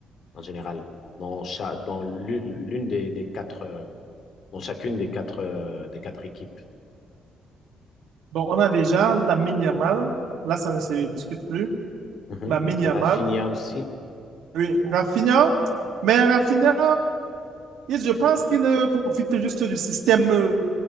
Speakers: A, on the left; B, on the right.
A: en général dans cha- dans l'une l'une des, des quatre, euh, dans chacune des quatre, euh, des quatre équipes?
B: Bon, on a déjà la Yamal. Là, ça ne se discute plus.
A: Mhm.
B: La Yamal.
A: Rafinha aussi.
B: Oui, Rafinha. Mais Rafinha, il- je pense qu'il euh, profite juste du système euh,